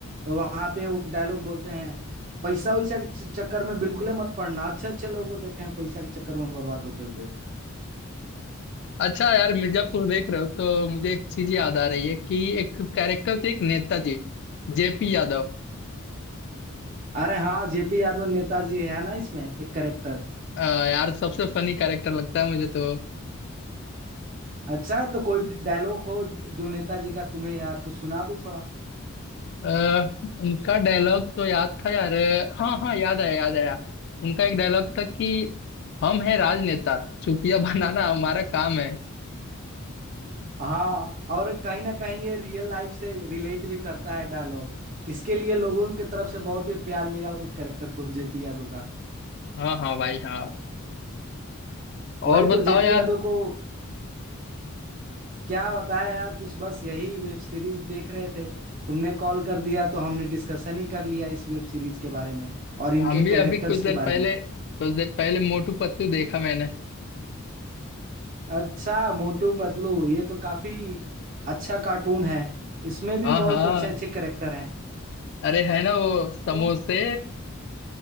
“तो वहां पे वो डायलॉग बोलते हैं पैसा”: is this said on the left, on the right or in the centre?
Right